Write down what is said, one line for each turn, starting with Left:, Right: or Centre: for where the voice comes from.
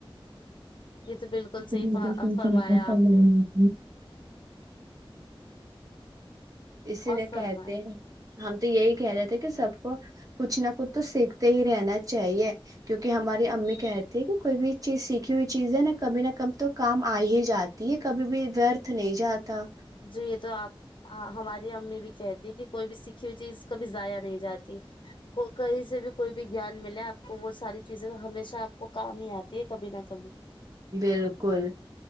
Right: اللہ
Left: یہ تو بالکل صحیح فرمایا آپ نے
Right: اسی
Left: اور
Right: لیے
Left: فرمایا
Right: کہتے ہم تو یہی کہہ رہے تھے کہ سب کو کچھ نہ کچھ تو سیکھتے ہی رہنا چاہیے کیونکہ ہماری امی کہتی کہ کوئی بھی چیز سیکھی ہوئی چیز ہے نا کبھی نہ کب تو کام آ ہی جاتی ہے کبھی بھی ورتھ نہیں جاتا
Left: جی یہ تو آپ ہماری امی بھی کہتی ہیں کہ کوئی بھی سیککھی ہوئی چیز کبھی ضائیا نہیں جاتی کہیں سے بھی کوئی بھی گیان ملے آپ کو وہ ساری چیزیں ہمیشہ آپ کو کام ہی آتی ہے کبھی نہ کبھی
Right: بالکل